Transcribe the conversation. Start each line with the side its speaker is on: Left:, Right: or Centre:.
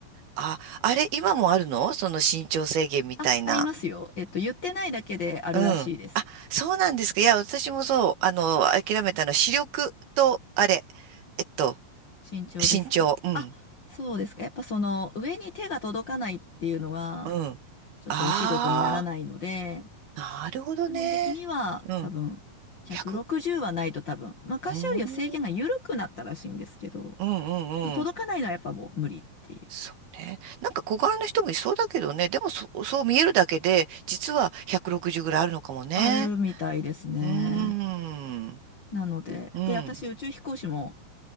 Right: あ、あれ、今もあるのその身長制限みたいな。
Left: あ、ありますよ。
Right: あ、
Left: えっと、言ってないだけであるらしいです。
Right: うん。あ、そうなんですか。いや、私もそう、あの、諦めたの視力と、あれ、えっと、
Left: 身長ですかあ、
Right: 身長。うん。
Left: そうですか。やっぱその上に手が届かないっていうのが、
Right: うん。
Left: ちょっとお仕事にならないので、
Right: ああ、なるほどね。
Left: 基本的には多分、
Right: うん。
Left: 160はないと多分、
Right: 100、
Left: 昔よりは制限が緩くなったらしいんですけど、
Right: うーん。うんうんうん。
Left: でも届かないのはやっぱもう無理っていう。
Right: そうね。なんか小柄な人もいそうだけどね。でもそ、そう見えるだけで、実は160ぐらいあるのかもね。
Left: あるみたいですね。
Right: うーん。
Left: なので、
Right: うん。
Left: で、私宇宙飛行士も、